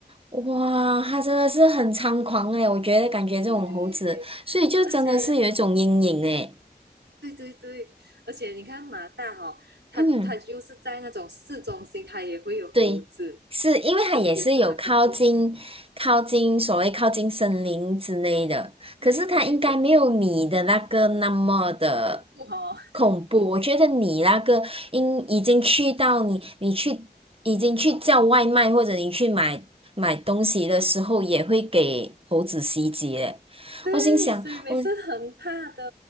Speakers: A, on the right; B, on the right.
A: 哇，它真的是很猖狂诶，我觉得感觉这种猴子，
B: <laughs> 对，
A: 所以就真的是有一种阴影诶，
B: 而且对对对，而且你看马大哈、哦，他它就是在那种市中心，
A: 嗯。
B: 他也会有猴子，
A: 对，是因为它也是有靠近靠近所谓靠近森林之类的，
B: 就也是很恐怖。对对对，
A: 可是它应该没有你的那个那么的
B: 恐怖哈哦，
A: 恐怖。我觉得你那个应已经去到你你去已经去叫外卖或者你去买买东西的时候，也会给猴子袭击嘞。
B: <laughs> 对，
A: 我心想，
B: 所以每次很怕的，
A: 我